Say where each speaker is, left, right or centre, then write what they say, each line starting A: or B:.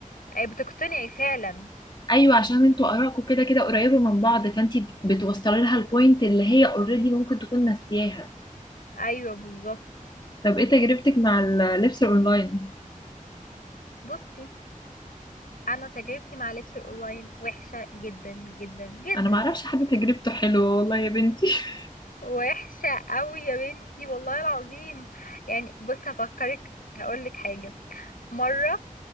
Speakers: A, on the left; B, on the left.
A: آه بتقتنعي فعلا
B: ايوه عشان انتوا ارائكم كده كده قريبة من بعض فانتي بتوصلي لها البوينت اللي هي اوريدي ممكن تكون ناسياها
A: ايوه بالظبط
B: طب ايه تجربتك مع اللبس الاونلاين
A: بصي انا تجربتي مع لبس الاونلاين وحشة جدا جدا جدا
B: انا ما اعرفش حد تجربته حلوه والله يا بنتي <laughs>
A: وحشة قوي يا بنتي والله العظيم يعني بص هفكرك هقولك حاجة مرة